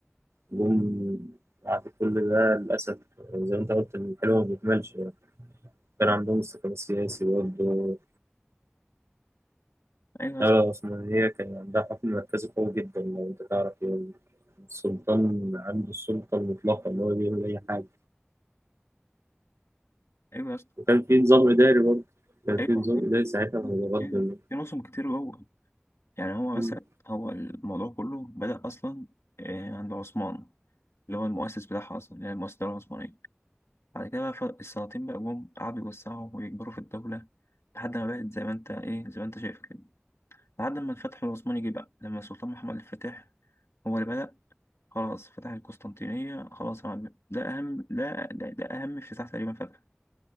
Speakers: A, on the right; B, on the left.
A: جم بعد كل ده للأسف زي ما أنت قلت الحلو ما بيكملش يعني كان عندهم استقرار سياسي برضه
B: أيوة يا
A: اه
B: اسطى
A: عثمانية كان عندها حكم مركزي قوي جدا لو أنت تعرف يعني السلطان عنده السلطة المطلقة إن هو بيعمل أي حاجة
B: أيوة يا اسطى
A: وكان في نظام إداري برضه كان
B: أيوة
A: في نظام
B: هي-
A: إداري ساعتها متقدم
B: في في نظم كتير جوه يعني هو
A: مم.
B: مثلا هو الموضوع كله بدأ أصلا آه، عند عثمان اللي هو المؤسس بتاعها أصلا اللي هي المؤسسة الدولة العثمانية بعد كده بقى ف- السلاطين بقى جم قعدوا يوسعوا ويكبروا في الدولة لحد ما بقت زي ما أنت إيه زي ما أنت شايف كده لحد ما الفتح العثماني جه بقى لما السلطان محمد الفاتح هو اللي بدأ خلاص فتح القسطنطينية خلاص يا معلم ده أهم ده ده, ده أهم افتتاح تقريبا فتح